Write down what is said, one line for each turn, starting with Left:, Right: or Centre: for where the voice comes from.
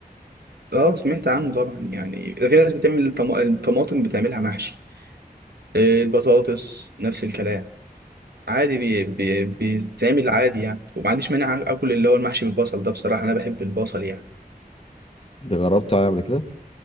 Right: اه سمعت عنه طبعا يعني ده في ناس بتعمل الطما- الطماطم بتعملها محشي آه، البطاطس نفس الكلام عادي بي... بي... بيتعمل عادي يعني وما عنديش مانع اكل اللي هو المحشي بالبصل ده بصراحة انا بحب البصل يعني
Left: انت جربته يعني قبل كده؟